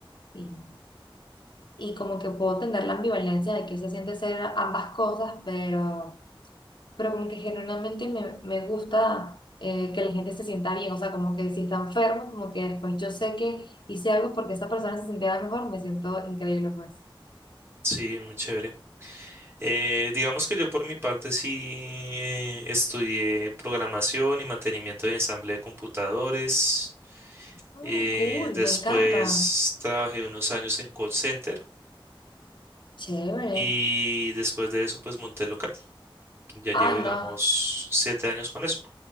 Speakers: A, on the left (about 60°); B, on the right (about 25°).
A: Y, y como que puedo tener la ambivalencia de que se siente ser ambas cosas, pero... pero como que generalmente me, me gusta eh, que la gente se sienta bien, o sea, como que si está enfermo, como que después yo sé que hice algo porque esa persona se sintiera mejor, me siento increíble, pues.
B: sí, muy chévere. Eh, digamos que yo por mi parte sí eh, estudié programación y mantenimiento de ensamble de computadores.
A: Mm,
B: Eh,
A: cool,
B: después
A: me encanta,
B: trabajé unos años en call center
A: chévere.
B: y después de eso pues monté local. Ya llevo,
A: Ay,
B: digamos,
A: no,
B: siete años con eso.